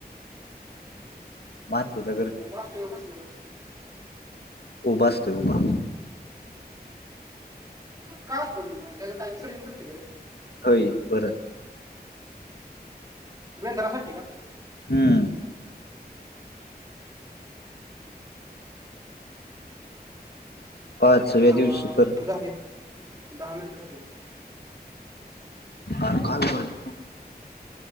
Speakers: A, on the left (about 75°); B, on the right (about 20°).
A: मातीचा कर
B: उभा असतुय का बसल्याला असतुय?
A: उभा असतोय उभा.
B: मग का पण त्याचं <unintelligible> ग.
A: हई परत.
B: वेंदरासाठी का?
A: हम्म.
B: <unintelligible>
A: पाचव्या
B: भावा
A: दिवशी तर
B: झाले दहा मिनिटं झाली बघ.
A: अर
B: ठेवून
A: काय
B: दुसरा
A: <unintelligible>
B: कर.